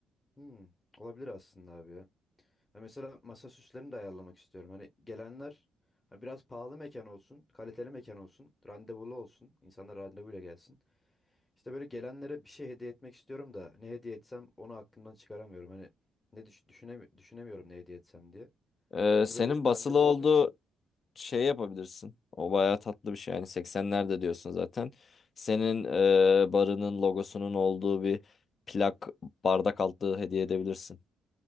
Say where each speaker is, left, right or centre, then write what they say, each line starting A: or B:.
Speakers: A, on the left; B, on the left.
A: hmm, olabilir aslında abi ya. Ha mesela masa süslerini de ayarlamak istiyorum. Hani gelenler hani biraz pahalı mekan olsun, kaliteli mekan olsun, randevulu olsun. İnsanlar randevuyla gelsin. İşte böyle gelenlere bir şey hediye etmek istiyorum da ne hediye etsem onu aklımdan çıkaramıyorum. Hani ne düş düşünemi düşünemiyorum ne hediye etsem diye.
B: E,
A: Hani
B: senin
A: böyle
B: basılı
A: randevulu
B: olduğu
A: olduğu için.
B: şey yapabilirsin. O bayağı tatlı bir şey. Yani 80'lerde diyorsun zaten. Senin e, barının logosunun olduğu bir plak bardak altlığı hediye edebilirsin.